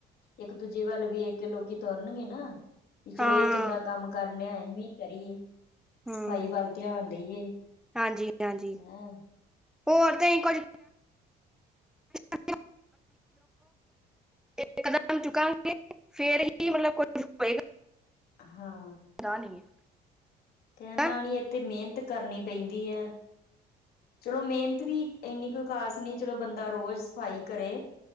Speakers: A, on the left; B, in the centre.
A: ਇੱਕ ਦੂਜੀੇ ਵੱਲ ਵੀ ਇੱਕ ਲੋਕੀ ਤੁਰਨਗੇ ਨਾ ਵੀ ਚਲੋ
B: ਹਾਂ
A: ਇਹ ਚੰਗਾ ਕੰਮ ਕਰ ਨੇ ਆਏ ਵੀ ਕਰੀਏ
B: ਹਮ
A: ਸਫ਼ਾਈ ਵੱਲ ਧਿਆਨ ਦੇਈਏ ਹਨਾ
B: ਹਾਂਜੀ ਹਾਂਜੀ ਹੋਰ ਤੇ ਅਸੀਂ ਕੁੱਝ <inaudible> ਇਕਦਮ ਚੁੱਕਾਂਗੇ ਫੇਰ ਹੀ ਮਤਲਬ ਕੁਛ ਹੋਏਗਾ
A: ਹਾਂ
B: ਹੁੰਦਾ ਨਹੀਂ ਹੈ
A: ਕਹਿਣ
B: ਹੈਂ।
A: ਨਾਲੀ ਇਥੇ ਮਿਹਨਤ ਕਰਨੀ ਪੈਂਦੀ ਹੈ ਚਲੋ ਮਿਹਨਤ ਵੀ ਇੰਨੀ ਕੋਈ ਖ਼ਾਸ ਨਹੀਂੀ ਚਲੋ ਬੰਦਾ ਰੋਜ਼ ਸਫ਼ਾਈ ਕਰੇ